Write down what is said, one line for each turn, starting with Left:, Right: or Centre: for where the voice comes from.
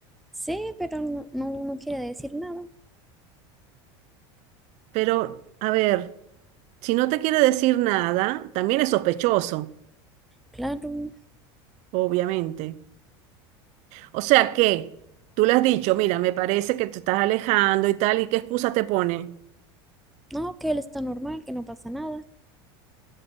Centre: Sí, pero no, no, no quiere decir nada.
Right: pero a ver, si no te quiere decir nada, también es sospechoso,
Centre: Claro.
Right: obviamente. O sea que tú le has dicho, mira, me parece que te estás alejando y tal, ¿y qué excusa te pone?
Centre: No, que él está normal, que no pasa nada.